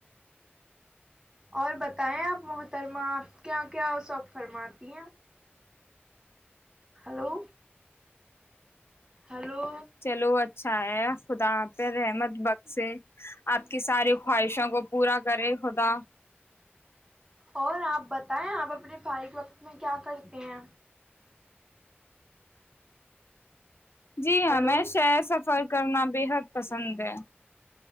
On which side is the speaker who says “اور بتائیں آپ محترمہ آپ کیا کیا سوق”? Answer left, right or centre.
Right